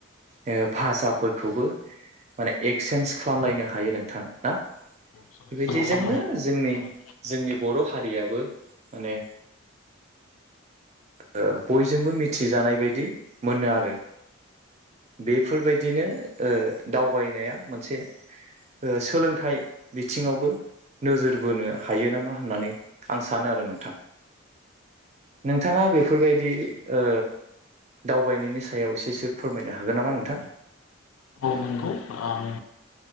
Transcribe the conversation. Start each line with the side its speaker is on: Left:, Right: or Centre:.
Right: ओ भाषाफोरखौबो माने एक्सेन्ज खालामलायनो हायो नोंथां ना?
Left: सोलाय
Right: बेबायदिजोंनो
Left: सोल' खालामनो
Right: जोंनि
Left: हागोन
Right: जोंनि बर हारियाबो माने ओ बयजोंबो मिथिजानाय बायदि मोनो आरो बेफोरबायदिनो ओ दावबायनाया मोनसे ओ सोलोंथाइ बिथिङावबो नोजोर बोनो हायो नामा होननानै आं सानो आरो नोंथां नोंथाङा बेफोरबायदि ओ दावबायनायनि सायाव एसेसो फोरमायनो हागोन नामा नोंथां?
Left: औ नंगौ आं